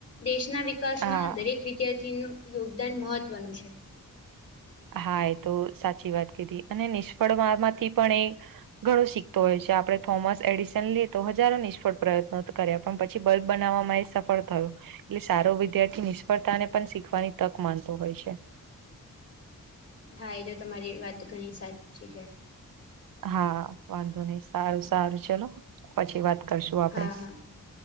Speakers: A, on the left (about 45°); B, on the right (about 75°).
A: દેશના વિકાસમાં
B: હા
A: દરેક વિદ્યાર્થી નું યોગદાન મહત્વનું છે.
B: હા એ તો સાચી વાત કીધી અને નિષ્ફળ મા માંથી પણ એ ઘણો શીખતો હોય છે. આપણેે થોમસ એડિશન લઈએ તો હજારો નિષ્ફળ પ્રયત્નો કર્યા પણ પછી બલ્બ બનાવવામાં એ સફળ થયું. એટલે સારો વિદ્યાર્થી નિષ્ફળતા ને પણ શીખવાની તક માનતો હોય છે.
A: હા એ તો તમારી વાત ઘણી સાચી છે.
B: હા વાંધો નહી સારું સારું ચલો. પછી વાત કરશું આપડે,
A: હા હા